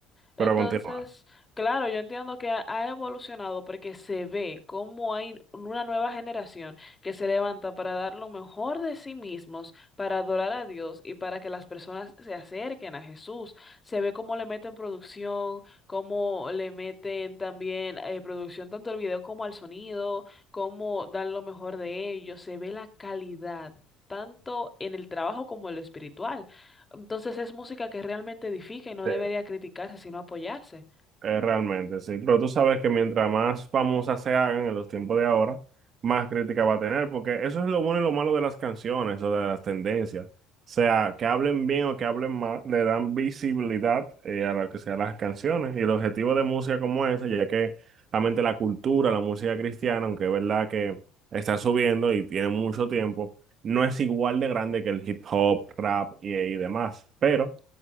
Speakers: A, on the left; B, on the right.
A: Entonces,
B: pero a continuar.
A: claro, yo entiendo que ha, ha evolucionado porque se ve cómo hay una nueva generación que se levanta para dar lo mejor de sí mismos, para adorar a Dios y para que las personas se acerquen a Jesús. Se ve cómo le meten producción, cómo le meten también eh, producción tanto al video como al sonido, cómo dan lo mejor de ellos. Se ve la calidad, tanto en el trabajo como en lo espiritual. Entonces es música que realmente edifica y no
B: Sí.
A: debería criticarse, sino apoyarse.
B: Eh, realmente, sí. Pero tú sabes que mientras más famosas se hagan en los tiempos de ahora, más crítica va a tener, porque eso es lo bueno y lo malo de las canciones o de las tendencias. O sea, que hablen bien o que hablen mal, le dan visibilidad eh, a lo que sean las canciones. Y el objetivo de música como esa, ya que realmente la cultura, la música cristiana, aunque es verdad que está subiendo y tiene mucho tiempo, no es igual de grande que el hip hop, rap y, y demás. Pero